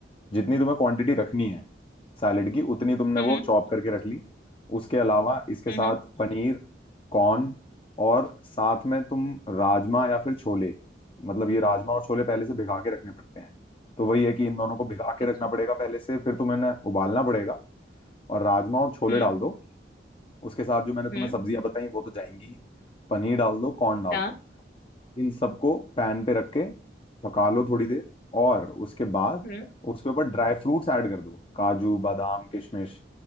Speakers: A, on the left; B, on the left.
A: जितनी तुम्हें क्वांटिटी रखनी है सैलेड की उतनी तुमने
B: हम्म
A: वो चॉप करके रख ली उसके अलावा इसके
B: हम्म
A: साथ
B: हम्म,
A: पनीर कॉर्न और साथ में तुम राजमा या फिर छोले मतलब ये राजमा और छोले पहले से भिगा के रखने पड़ते हैं तो वही है कि इन दोनों को भिगा के
B: अच्छा
A: रखना पड़ेगा पहले से फिर तुम्हें इन्हें उबालना पड़ेगा और राजमा और छोले
B: हम्म
A: डाल दो उसके साथ जो मैंने तुम्हें
B: हम्म
A: सब्जियां बताई वो तो जाएंगी ही पनीर डाल दो कॉर्न डाल
B: हाँ
A: दो इन सबको पैन पे रख के पका लो थोड़ी देर और उसके बाद
B: हम्म
A: उसके ऊपर ड्राई फ्रूट्स ऐड कर दो काजू बादाम किशमिश